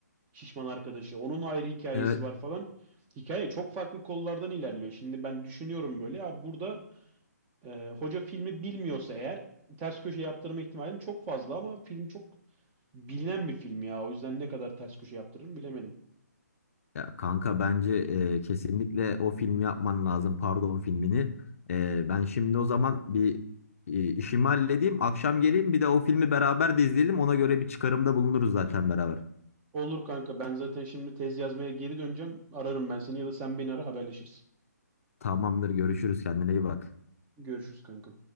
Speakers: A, on the right; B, on the left.
A: şişman arkadaşı. Onun ayrı hikayesi
B: Evet
A: var falan. Hikaye çok farklı kollardan ilerliyor. Şimdi ben düşünüyorum böyle. Abi burada e, hoca filmi bilmiyorsa eğer ters köşe yaptırma ihtimalim çok fazla ama film çok bilinen bir film ya. O yüzden ne kadar ters köşe yaptırırım bilemedim.
B: Ya kanka bence e, kesinlikle o filmi yapman lazım. Pardon filmini. E, ben şimdi o zaman bir e, işimi halledeyim. Akşam geleyim bir de o filmi beraber de izleyelim. Ona göre bir çıkarımda bulunuruz zaten beraber.
A: Olur kanka ben zaten şimdi tez yazmaya geri döneceğim. Ararım ben seni ya da sen beni ara haberleşiriz.
B: Tamamdır görüşürüz kendine iyi bak.
A: Görüşürüz kanka.